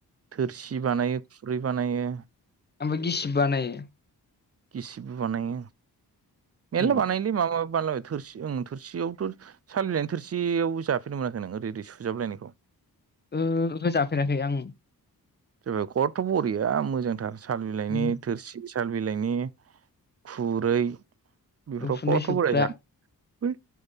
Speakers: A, on the right; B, on the left.
A: थोरसि बानायो खुरै बानायो।
B: ओमफाय गिसिब बानायो।
A: गिसिब्बो बानायो मेरला
B: उम
A: बानायोलै माबा माबि बानायलाबाय। थोरसि ओं थोरसियावथ' साल बिलायनि थोरसियावबो जाफेरनो मोनाखै नों ओरै ओरै सुजाबलायनायखौ?
B: ओ ओहो जाफेराखै आं
A: <unintelligible> खथ्थ बरिया मोजांथार सान बिलाइनि
B: उम
A: थोरसि साल बिलाइनि खुरै बेफोराव
B: उखुन्दै
A: खथ'
B: सोबग्रा
A: बरिया जानो